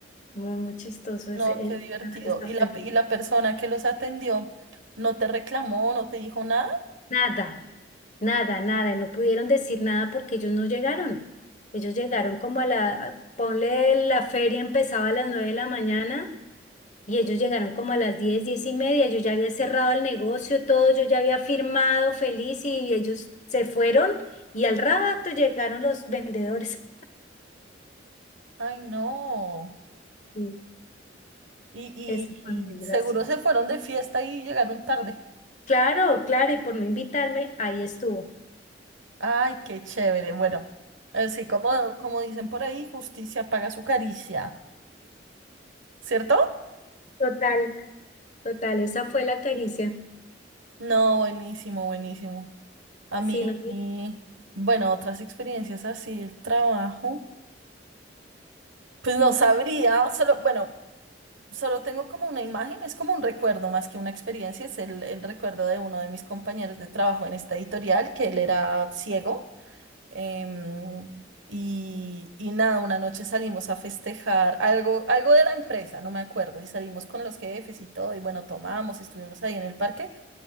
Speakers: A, on the left; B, on the right.
A: muy, muy chistoso
B: no,
A: ese, el-
B: qué divertido.
A: esta
B: ¿Y
A: feria.
B: la, y la persona que los atendió no te reclamó, no te dijo nada?
A: Nada, nada, nada. Y no pudieron decir nada porque ellos no llegaron. Ellos llegaron como a la, ponle la feria empezaba a las nueve de la mañana Y ellos llegaron como a las 10, 10 y media, yo ya había cerrado el negocio, todo, yo ya había firmado feliz y ellos se fueron y al rato llegaron los vendedores.
B: Ay, no.
A: Sí,
B: Y,
A: eso fue
B: y,
A: muy
B: y seguro
A: gracioso.
B: se fueron de fiesta y llegaron tarde.
A: Claro, claro, y por no invitarme, ahí estuvo.
B: Ay, qué chévere. Bueno, así como, como dicen por ahí, justicia paga su caricia, ¿cierto?
A: Total, total, esa fue la caricia.
B: No, buenísimo, buenísimo. A
A: Sí,
B: mí,
A: no,
B: bueno, otras experiencias así, el trabajo, pues no sabría, solo, bueno, solo tengo como una imagen, es como un recuerdo más que una experiencia, es el, el recuerdo de uno de mis compañeros de trabajo en esta editorial, que él era ciego. em, y, y nada, una noche salimos a festejar algo, algo de la empresa, no me acuerdo, y salimos con los jefes y todo, y bueno, tomamos, estuvimos ahí en el parque.